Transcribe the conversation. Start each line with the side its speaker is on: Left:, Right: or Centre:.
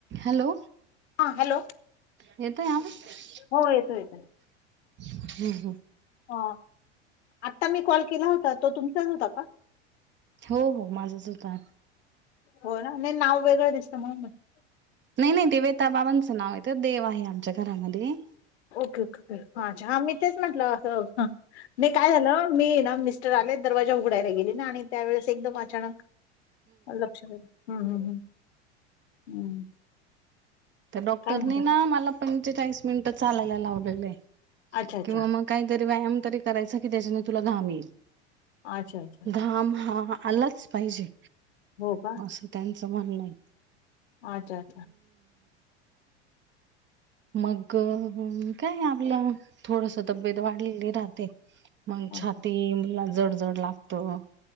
Right: Hello.
Left: हां hello,,
Right: येतोय आवाज
Left: हो येतो येतो.
Right: हम् हम्,,
Left: अ, आत्ता मी कॉल केला होता, तो तुमचाच होता का?
Right: हो हो, माझंच होता.
Left: हो ना, नाही नाव वेगळं दिसतं म्हणून म्हटला.
Right: नाही नाही, ते वेताबाबांचं नाव आहे, देव आहे आमच्या घरामध्ये
Left: ओके ओके, अच्छा अच्छा मी तेच म्हटलं असं नाही काय झालं,, मी ना मिस्टर आले दरवाजा उघडायला गेले ना, आणि त्यावेेळेस एकदम अचानक लक्ष, हम्म हम्म हम्म हम्म.
Right: त्या डॉक्टरनी
Left: काय म्हणता
Right: ना, मला पंचेचाळीस मिनिटं चालायला लावलेलेय,
Left: अच्छा अच्छा
Right: किंवा मग काहीतरी व्यायाम तरी करायचा की, त्याच्याने तुला घाम येईल.
Left: अच्छा अच्छा अच्छा
Right: घाम हा आलाच पाहिजे,,
Left: हो का
Right: अस त्यांचं म्हणणय.
Left: अच्छा अच्छा,,
Right: मग काय आपलं थोडस तब्येत वाढलेली राहते. मग
Left: ह
Right: छातीला जड जड लागतं.